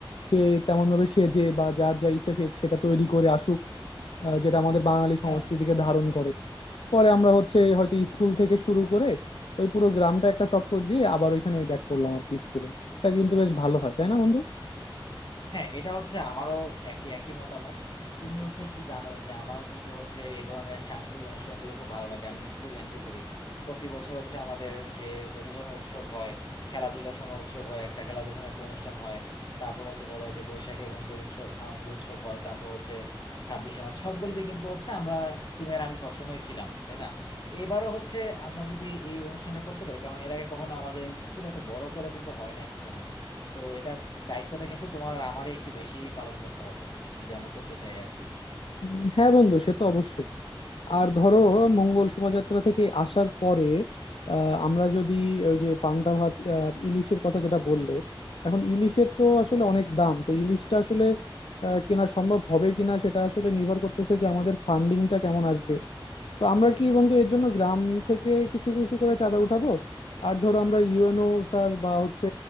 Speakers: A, on the left; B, on the left.
A: সে তেমন ভাবে সেজে বা যার যা ইচ্ছা সে সেটা তৈরি করে আসুক আহ, যেটা আমাদের বাঙালি সংস্কৃতিকে
B: হুম।
A: ধারণ করে পরে আমরা হচ্ছে হয়তো স্কুল থেকে শুরু করে ওই পুরো গ্রামটা একটা চক্কর দিয়ে আবার ওইখানে ব্যাক করলাম আর কি স্কুলে এটা কিন্তু বেশ ভালো হয় তাই না বন্ধু
B: হ্যাঁ এটা হচ্ছে আমারও একই একই মতামত তুমি হচ্ছে তো জানোই যে আমার কিন্তু হচ্ছে এই ধরনের সাংস্কৃতিক অনুষ্ঠানগুলো খুব ভালো লাগে আমি কিন্তু খুব এনজয় করি প্রতি বছর হচ্ছে আমাদের যে যত ধরনের উৎসব হয় খেলাধুলার সময় উৎসব হয় একটা খেলাধুলার সময় একটা অনুষ্ঠান হয় তারপর হচ্ছে ধরো যে বৈশাখের মধ্যে উৎসব আনন্দ উৎসব হয় তারপর হচ্ছে ছাব্বিশে মার্চ সবগুলোতে কিন্তু হচ্ছে আমরা তুমি আর আমি সবসময় ছিলাম তাই না এবারও হচ্ছে আমরা যদি এই অনুষ্ঠানটা করতে পারি কারণ এর আগে কখনো আমাদের স্কুলে এত বড় করে কিন্তু হয় না কখনো তো এটা দায়িত্বটা কিন্তু তোমার আর আমারই একটু বেশি পালন করতে হবে যদি আমরা করতে চাই আর কি
A: উম, হ্যাঁ বন্ধু সে তো অবশ্যই আর ধরো মঙ্গল শোভাযাত্রা থেকে আসার পরে আহ, আমরা যদি ওই যে পান্তা ভাত আর ইলিশের কথা যেটা বললে এখন ইলিশের তো আসলে অনেক দাম তো ইলিশটা আসলে আহ, কেনা সম্ভব হবে কিনা সেটা আসলে নির্ভর করতেছে যে আমাদের ফান্ডিংটা কেমন আসবে তো আমরা কি বন্ধু এর জন্য গ্রাম থেকে কিছু কিছু করে চাঁদা উঠাবো আর ধরো আমরা ইউএনও স্যার বা হচ্ছে